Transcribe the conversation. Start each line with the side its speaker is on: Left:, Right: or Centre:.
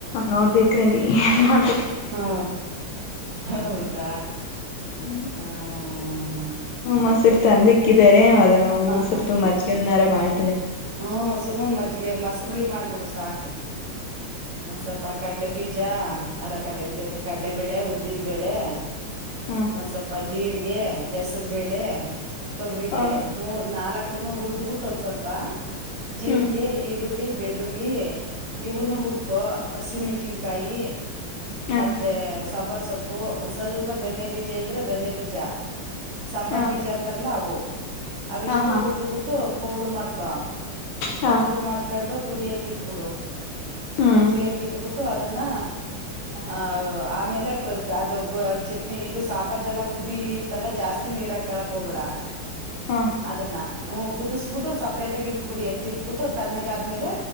Left: ನೋಡ್ಬೇಕ್ರನ್ಡಿ ಏ ಮಾಡ
Right: ಹಾ ಹೌದಾ.
Left: ಹ್ಮ
Right: ಹಾ ಹಾ
Left: ಮೊಸರು ತಂದಿಕ್ಕಿದ್ದಾರೆ ಅದೇ
Right: ಹ
Left: ಮನ್ಸರ
Right: ಹ
Left: ತುಂಬ <unintelligible> ನರ ಮಾಡಿ
Right: ಹ್ಮ್ ಸುಮನ್ ಮಜ್ಗೆ ಮಸ್ತ್. ಸರುಳಿ ಮಾಡ್ಬಿಡು ಸಾಕು. ಹಾಂಸಪ್ಪಾ ಕಡಲೆ ಬೀಜ ಅಲ್ಲ ಕಡಲೆಬೀಜ ಅಂತ ಕಡಲೆಬೇಳೆ, ಉದ್ದಿನ ಬೇಳೆ
Left: ಹಾ
Right: ಒನ್ ಸ್ವಲ್ಪ ಬಾ ಇಲ್ಲಿ. ಜೀರಿಗೆ ಹೆಸ್ ಹೆಸರ ಬೇಳೆ, ತೊಗರಿ
Left: ಹ
Right: ಬೇಳೆ ಮೂರ್, ನಾಲ್ಕು ಅದನ್ ಹುರುದ್ ಬಿಟ್ಟ ಒಂದ್ ಸ್ವಲ್ಪ ಜೀರಿಗೆ,
Left: ಹ್ಮ್
Right: ಈರುಳ್ಳಿ ಬೆಳ್ಳುಳ್ಳಿ ಇವನು
Left: ಹ್ಮ್
Right: ಹುರ್ಕೊ. ಹಸಿ ಮೆಣಸಿನಕಾಯಿ.
Left: ಹಾ
Right: ಮತ್ತೆ ಎಸ್ ಸಾಂಬಾರ್ ಸೊಪ್ಪು ಒಂದ್ ಸ್ ಸ್ವಲ್ಪ ಧನ್ಯ ಬೀಜ ಅಂದ್ರೇ ಧನ್ಯ ಬೀಜ. ಬೀಜ ಸಾಂಬಾರ್
Left: ಹಾ
Right: ಬೀಜ ಅಂತಾರಲ್ಲ ಅವು. ಆವಿಷ್ಟು
Left: ಹಾ ಹಾ
Right: ಹುರುದ್ ಬಿಟ್ಟು ಪೌಡರ್ ಮಾಡ್ಕಾ.
Left: ಹಾ
Right: ಪೌಡ್ರ ಮಾಡ್ಕೊಂಡು ಕುುದಿಯಕ್ ಇಟ್ಬುಡು.
Left: ಹ್ಮ್
Right: ಕುದಿಸಿಯಾಕ್ ಇಟ್ ಬುಟ್ಟು ಮತ್ತು ಅದನ್ನ ಆ ಆಮೇಲೆ ಅದು ಬ ಅದ ಚಟ್ನಿ ಇದು ಸಾಂಬಾರ್ದಲ್ಲಾ ಕುದಿ ಇಡಿ ಇತ್ತಲ್ಲ ಜಾಸ್ತಿ ನೀರ ಹಾಕಳಕ್ ಹೋಗ್ಬೇಡಾ.
Left: ಹಾ
Right: ಅದನ್ನ ಹು ಕುದುಸ್ಬಿಟ್ಟು ಸಪ್ರೇಟ ಆಗಿ ಇಟ್ಟು. ಇಟ್ಬಿಡ್ ಎತ್ತಿ ಇಟ್ಬಿಟ್ಟು ತಣ್ಣಗ ಆದ್ಮೇಲೆ